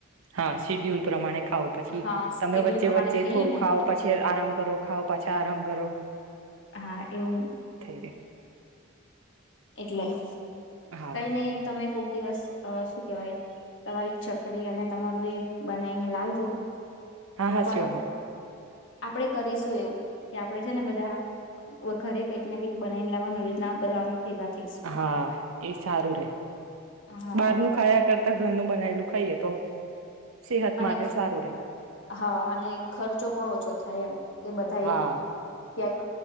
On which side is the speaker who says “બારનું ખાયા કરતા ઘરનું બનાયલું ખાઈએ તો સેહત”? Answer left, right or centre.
Right